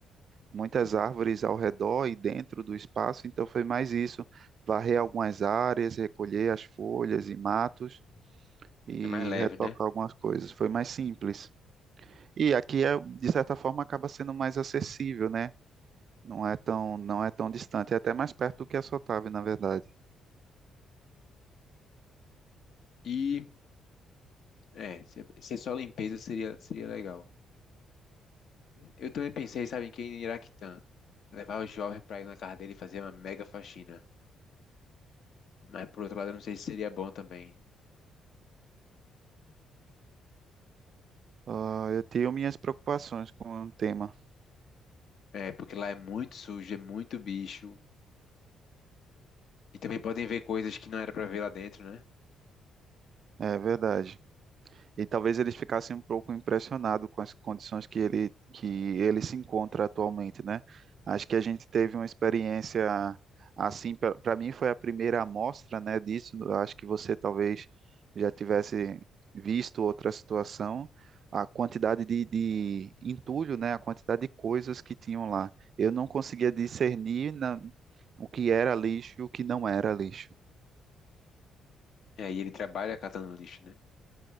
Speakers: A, on the right (about 55°); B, on the left (about 65°).
A: muitas árvores ao redor e dentro do espaço, então foi mais isso, varrer algumas áreas, recolher as folhas e matos e
B: é mais leve,
A: retocar
B: né?
A: algumas coisas, foi mais simples. E aqui é, de certa forma acaba sendo mais acessível, né? Não é tão, não é tão distante, é até mais perto do que a Sotave, na verdade.
B: E, é, se, se é só limpeza seria, seria legal. Eu também pensei, sabe, em quem? Em Iraquitã. Levar o jovem para ir na casa dele e fazer uma mega faxina. Mas, por outro lado, eu não sei se seria bom também.
A: Ah, eu tenho minhas preocupações com o tema,
B: É, porque lá é muito sujo, é muito bicho. E também podem ver coisas que não era para ver lá dentro, né?
A: é verdade. E talvez eles ficassem um pouco impressionados com as condições que ele, que ele se encontra atualmente, né? Acho que a gente teve uma experiência assim, para mim foi a primeira amostra, né, disso. Acho que você talvez já tivesse visto outra situação, a quantidade de, de entulho, né, a quantidade de coisas que tinham lá. Eu não conseguia discernir na- o que era lixo e o que não era lixo.
B: E aí ele trabalha catando lixo, né?